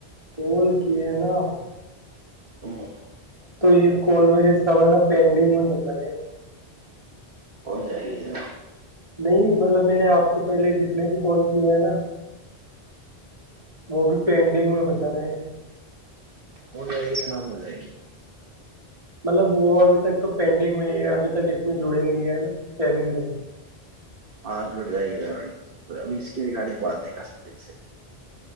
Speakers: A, on the right (about 30°); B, on the right (about 60°).
A: کال کیے ہیں نا آپ نے <unintelligible>
B: ہاں <unintelligible>
A: تو یہ کول مری سبا نا پینڈنگ میں بتا رہے ہیں
B: ہودرا ہگ جا
A: نہیں مطلب میں نے آپ کو پہلے جتنے بھی کال کیے ہیں نا وہ بھی پڈ <unintelligible> ڈگ میں بتا رہے ہیں <unintelligible>
B: ہو جائے گی کہ ن ہو جائے گی <unintelligible>
A: مطلب وہ ابھی تک تو پینڈنگ میں ہے ابھی تک اس میں جڑے نہیں ہے نا پیمنٹ میں
B: ہاں جٹ جائے گی پینٹ ابھی اس کی ریگارڈنگ بات نہیں کر سکتے اس سے